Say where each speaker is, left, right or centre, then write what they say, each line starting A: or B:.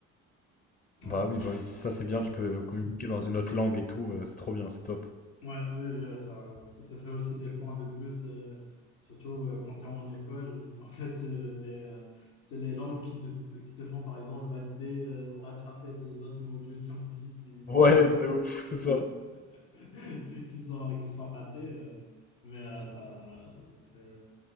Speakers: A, on the left; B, on the left.
A: eux.
B: Bah oui, bah oui, c'est ça, c'est bien, tu peux communiquer dans une autre langue et tout, euh, c'est trop bien, c'est top.
A: Ouais, eux, euh, ça, ça te ferait aussi des points de plus, euh, surtout euh, quand tu es en école. <laughs> En fait, euh, les, euh, c'est les langues qui te, f- qui te font, par exemple, valider euh, ou rattraper de- d'autres modules <laughs> scientifiques qui,
B: Ouais,
A: qui, ont-
B: de ouf, c'est ça.
A: <laughs> qui sont, qui sont ratés. euh. mais euh, ça, ça fait,